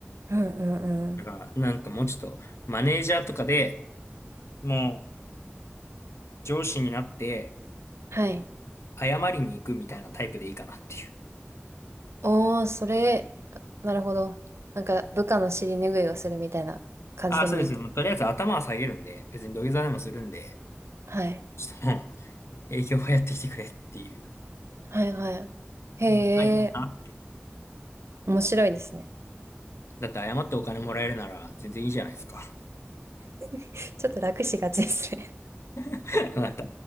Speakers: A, on the right; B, on the left.
A: うんうんうん。
B: だから、なんかもうちょっと、マネージャーとかでもう上司になって
A: はい。
B: 謝りに行くみたいなタイプでいいかなっていう。
A: おー、それ、なるほど。なんか、部下の尻拭いをするみたいな感じでもいいって。
B: あそうです。もうとりあえず頭は下げるんで、別に土下座でもするんで、
A: はい。
B: ちょっともう営業はやってきてくれっていう。
A: はいはい。へ
B: うんがいいなって。
A: え、面白いですね。
B: だって謝ってお金もらえるなら全然いいじゃないですか。
A: <laughs> ちょっと楽しがちですね
B: <laughs> あなた